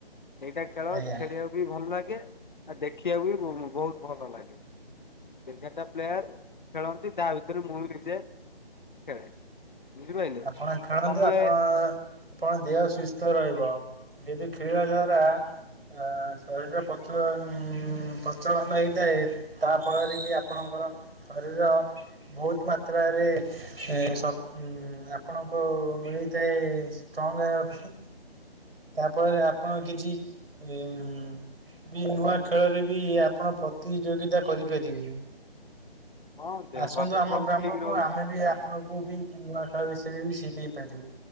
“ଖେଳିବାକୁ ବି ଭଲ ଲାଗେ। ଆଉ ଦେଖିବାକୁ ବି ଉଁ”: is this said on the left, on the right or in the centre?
Left